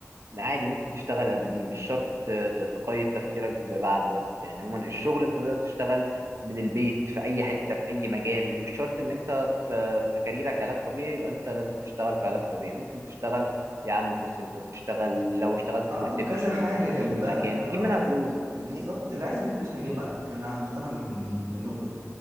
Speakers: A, on the right (about 60°); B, on the right (about 80°).
A: عادي ممكن تشتغل قبليه مش شرط ت- ت- تقيد تفكيرك بعد بس يعني عموما الشغل انت تقدر تشتغل من البيت في اي حته في اي مجال مش شرط ان انت في في كاريرك علاج طبيعي يبقى انت لازم تشتغل في علاج طبيعي ممكن تشتغل يا عم كول سنتر تشتغل لو اشتغلت
B: اه
A: ريسبشن
B: كذا حاجة
A: في
B: جنبها
A: اي مكان تجيب
B: اه
A: منها
B: كذا
A: فلوس فاهمني
B: بالظبط اللي عايز يجيب فلوس هيجيب على فكرة انا مقتنع بال- بالنقطة دي